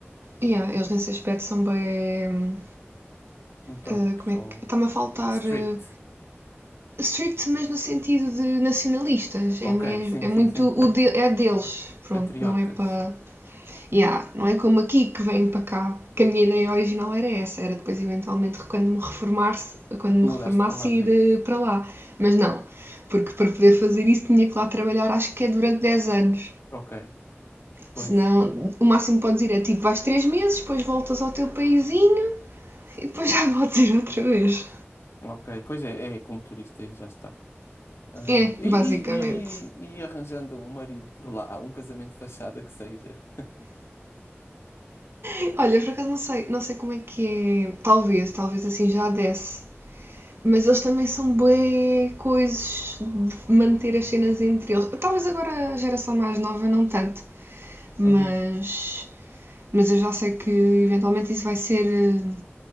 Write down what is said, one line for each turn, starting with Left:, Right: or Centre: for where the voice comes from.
Right: Yeah, eles nesse aspecto são bem.
Left: Metódicos
Right: eh, como
Left: ou
Right: é que. Está-me a faltar.
Left: strict.
Right: eh, strict, mas no sentido de nacionalistas.
Left: Ok,
Right: É mesmo.
Left: sim,
Right: É
Left: sim,
Right: muito.
Left: sim.
Right: O de- é deles. Pronto,
Left: Patriotas.
Right: não é para. Yeah, não é como aqui que vêm para cá. Que a minha ideia original era essa. Era depois, eventualmente, quando me reformasse, quando
Left: Mudaste
Right: me reformasse,
Left: para lá de
Right: ir
Left: vez.
Right: eh, para lá. Mas não. Porque para poder fazer isso tinha que lá trabalhar, acho que é durante 10 anos.
Left: Ok, pois.
Right: Senão, o máximo que podes ir é tipo, vais 3 meses, depois voltas ao teu paísinho e depois já podes ir outra vez.
Left: Ok, pois é, é como turista e já está. Ah,
Right: É,
Left: e,
Right: basicamente.
Left: e, e, e arranjando um marido por lá, um casamento de fachada que seja. <laughs>
Right: É, Olha, por acaso não sei, não sei como é que é. Talvez, talvez assim já desse. Mas eles também são bué coisas de manter as cenas entre eles. Talvez agora a geração mais nova não tanto, mas
Left: Aham,
Right: mas eu já sei que eventualmente isso vai ser eh,